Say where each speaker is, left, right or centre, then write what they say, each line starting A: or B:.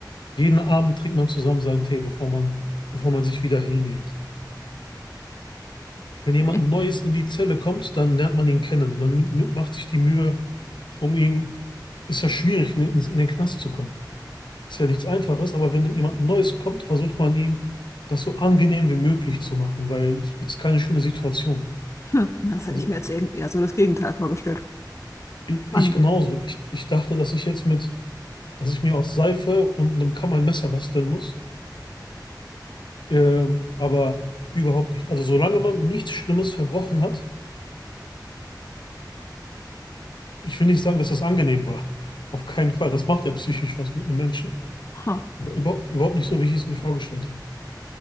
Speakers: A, on the left; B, on the left.
A: Jeden Abend trinkt man zusammen seinen Tee, bevor man, bevor man sich wieder hinlegt. Wenn jemand
B: Okay.
A: Neues in die Zelle kommt, dann lernt man ihn kennen. Man m- macht sich die Mühe, um ihn. Ist ja schwierig, in in- in den Knast zu kommen. Ist ja nichts Einfaches, aber wenn jemand Neues kommt, versucht man ihm, das so angenehm wie möglich zu machen, weil es ist keine schöne Situation.
B: Hm, das hätte
A: Also,
B: ich mir jetzt irgendwie eher so das Gegenteil vorgestellt.
A: ich
B: Spannend.
A: ich genauso. Ich, ich dachte, dass ich jetzt mit dass ich mir aus Seife und einem Kamm ein Messer basteln muss. Ähm, aber überhaupt nicht. Also solange man nichts Schlimmes verbrochen hat, ich will nicht sagen, dass das angenehm war. Auf keinen Fall. Das macht ja psychisch was mit einem Menschen.
B: Ha,
A: Aber über, überhaupt nicht so, wie ich es mir vorgestellt habe.